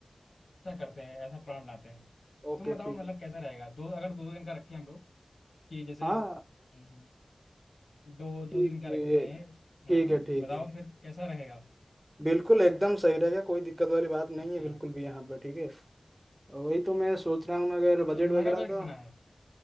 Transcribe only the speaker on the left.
ऐसा करते हैं ऐसा प्लान बनाते हैं
तुम बताओ
मतलब
कैसा रहेगा दो अगर दो दो दिन का रखें हम लोग कि जैसे
हम्म, दो
दो दिन का रखते
हैं
हाँ
बताओ
फिर कैसा रहेगा
अच्छा
तो तुम्हारा
बजट
कितना है